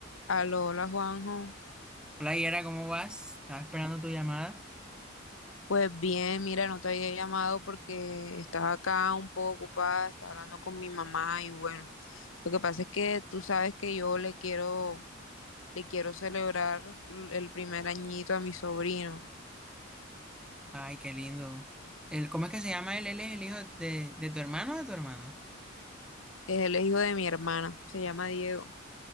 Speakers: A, on the left; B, in the centre.
A: Aló, hola Juanjo.
B: Hola Yera, ¿cómo vas? Estaba esperando tu llamada.
A: Pues bien, mira, no te había llamado porque estaba acá un poco ocupada, estaba hablando con mi mamá y bueno, lo que pasa es que tú sabes que yo le quiero, le quiero celebrar l- el primer añito a mi sobrino.
B: Ay, qué lindo. El, ¿cómo es que se llama él? ¿Él es el hijo de, de tu hermano o de tu hermana?
A: Es el hijo de mi hermana, se llama Diego.